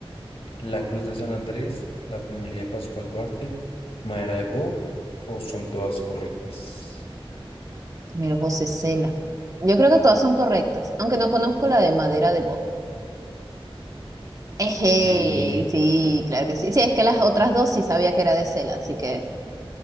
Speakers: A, on the left; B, on the right.
A: La Cruz de San Andrés, La familia de Pascual Duarte, Madera de Boj, o son todas correctas.
B: Mira, José Cela. Yo creo que todas son correctas, aunque no conozco la de madera de voz. Eje,
A: Sí,
B: sí, claro que sí. Sí, es que las otras dos sí sabía que era de Cela, así que